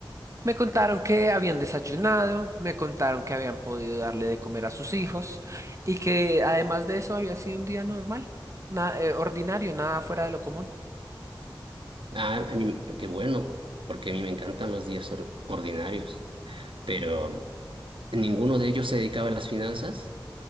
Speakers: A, on the right; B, on the right.
A: Me contaron que habían desayunado, me contaron que habían podido darle de comer a sus hijos y que además de eso había sido un día normal, na- eh, ordinario, nada fuera de lo común.
B: Ah, a mí, qué bueno, porque a mí me encantan los días or- ordinarios. Pero ninguno de ellos se dedicaba a las finanzas.